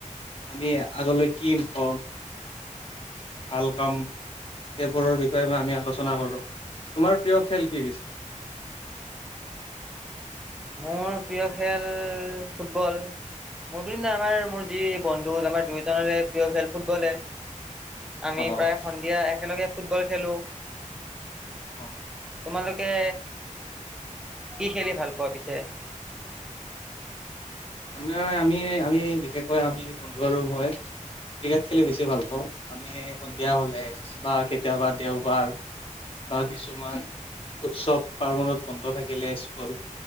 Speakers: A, on the left (about 45°); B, in the centre.
A: আমি আগলৈ কি হম ফাল কাম সেইবোৰৰ বিষয়ে ম আমি আলোচনা কৰো তোমাৰ প্ৰিয় খেল কি পছে <unintelligible>
B: মোৰ প্ৰিয় খেল ফুটবল মোৰ বুলি আমাৰ মোৰ যি বন্ধু আমাৰ দুইোজনৰে প্ৰিয় খেল ফুটবলে আমি
A: অ',
B: প্ৰায় সন্ধিয়া একেলগে ফুটবল খেলোঁ
A: অ
B: তোমালোকে কি খেলি ভাল পোৱা পিছে
A: আমি আমি আমি বিশেষকৈ আমি বন্ধু আৰু মই ক্ৰিকেট খেলি বেছি ভাল পাওঁ আমি সন্ধিয়া হলে বা কেতিয়াবা দেওবাৰ বা কিছুমান উৎসৱ পাৰ্বণত বন্ধ থাকিলে স্কুল